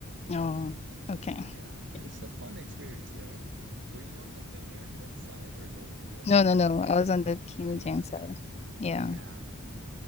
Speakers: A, on the left; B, on the right.
A: Oh, okay.
B: Yeah, it's
A: Okay.
B: a fun experience there. Were you on like the Americas side or the US
A: No,
B: side
A: no, no. I
B: or
A: was on the Canadian
B: Canadian side?
A: side. Yeah.
B: Yeah,